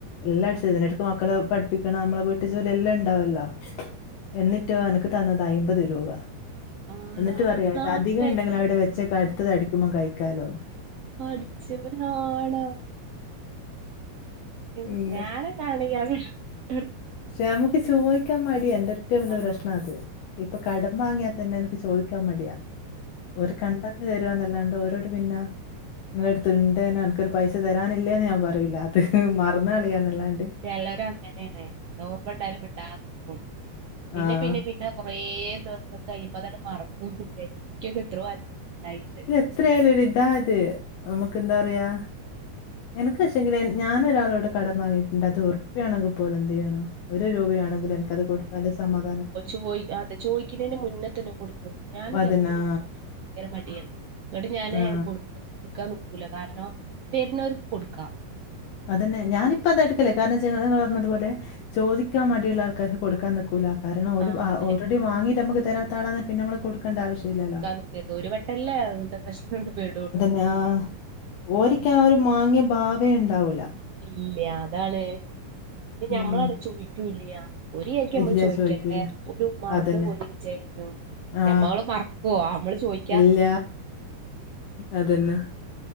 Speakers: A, on the left; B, on the right.
A: എല്ല അടിച്ച് ഇതിന്റെടയ്ക്ക് മക്കളെ പഠിപ്പിക്കണം നമ്മളെ വീട്ട് ജോലി എല്ലാം ണ്ടാവല്ലോ എന്നിട്ടോ എനക്ക് തന്നത് അയ്മ്പത് രൂപ
B: ആണോ
A: എന്നിട്ട് പറയാ
B: നാല്
A: ഇത് അധികം
B: വരെ
A: ഉണ്ടെങ്കിൽ അവിടെ വെച്ചേക്ക് അടുത്തത് അടിക്കുമ്പോ കഴിക്കാലോന്ന്
B: പഠിച്ചോനാണോ <unintelligible>
A: പിന്നെ
B: ഞാനൊക്കാണെങ്കില് <unintelligible>
A: ഷെ അമുക്ക് ചോയിക്കാൻ മടിയാ എന്റെ എറ്റവും വെല്യ
B: ആഹ്
A: പ്രശ്നാ അത് ഇപ്പൊ കടം വാങ്ങിയാതന്നെ എനക്ക് ചോദിക്കാൻ മടിയാ ഓര് കണ്ടറിഞ്ഞ് തെരാന്നല്ലാണ്ട് ഓരോ ട്ട് പിന്നാ ങ്ങളെട്ത്ത്ണ്ടെയ്ന് എനക്കൊരു പൈസ തരാനില്ലേന്ന് ഞാൻ പറയൂല്ല അത് മറന്ന് കള് യാന്നല്ലാണ്ട്
B: ചെലരങ്ങനെണ് ഓർമ്മണ്ടായാലും മിട്ടാനിക്കും പിന്നെ
A: ആഹ്
B: പിന്നെ പിന്നെ കൊറേ ദിവസം കയ്യ്മ്പോ അതാണ്ട് മറക്കുംന്ന്ജാരിക്കും ഇൻക്കൊക്കെ എത്രോ അൻ ണ്ടായിണ്ട്
A: എത്രയാലും ഒര് ഇതാ അത് നമുക്ക് എന്താ പറയാ എനക്ക് പക്ഷെങ്കിൽ ഞാനൊരാളോട് കടം വാങ്ങിയിട്ടുണ്ട് അത് ഉറപ്പിയാണെങ്കിൽ പോലും എന്ത് ചെയ്യണം ഒരു രൂപ എങ്കിലേ എൻക്കത് കൊടുത്താലേ സമാധാനം
B: പ്പൊ ചോയ് അതെ ചോയ്ക്കണേന് മുന്നെ തന്നെ കൊട്ക്കും ഞാനിതെപോൽത്തന്നെ
A: അതന്നെ. ആ,
B: ഇൻക്ക് ങ്കര മടിയേന്ന് ന്നിട്ട് ഞാന്
A: ആ.
B: കൊടുക്ക കൊടുക്കാൻ നിക്കുല കാരണം തെര്ന്നോര്ക്ക് കൊടുക്കാ
A: അതെന്നെ ഞാനിപ്പ അതാ എടുക്കല് കാരണംച്ചാ ങ്ങള് പറഞ്ഞത് പോലെ ചോദിക്കാൻ മടിയുള്ള ആൾക്കാർക്ക് കൊടുക്കാൻ നിക്കു ക്കൂല കാരണം ഓല്
B: ആ അതെ
A: ഓൾറെഡി വാങ്ങിട്ട് നമുക്ക് തരാത്ത ആളാന്നെ പിന്നെ നമ്മള് കൊടുക്കണ്ട ആശ്യല്ലല്ലോ
B: ക്കെ ദൊ ഒരുവട്ടല്ലേ അങ്ങൻത്തെ പ്രശ്നത്ത് പെടൊള്ളൂ
A: ആഹ് ഒരിക്കെ ആ ഒരു മാങ്യെ ഭാവേണ്ടാവൂല
B: ഇല്ല്യ അതാണ്. ന്നെ
A: ഉം.
B: ഞമ്മളാണ് ചോയിക്കൂല്ല്യ ഓരിയാരിക്കും നമ്മള്
A: ഇല്ല
B: ചോയ്ക്കട്ടെ
A: ചോദിക്കൂല.
B: ഓര് മറന്നുപോയിന്ന്
A: അതന്നെ.
B: വിചാരിക്കും
A: ആ.
B: ഞമ്മള് മറ ക്കോ അമ്മള് ചോയ്
A: ഇല്ല അതന്നെ